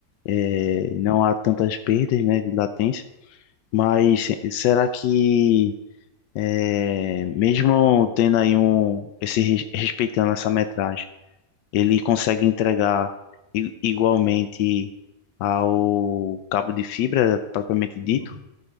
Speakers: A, on the left (about 90°); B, on the left (about 45°).
A: é,
B: uhum,
A: não há tantas perdas, né, de latência. Mas
B: uhum.
A: será que é, mesmo tendo aí um esse res- respeitando essa metragem, ele consegue entregar i- igualmente ao cabo de fibra propriamente dito?
B: Não,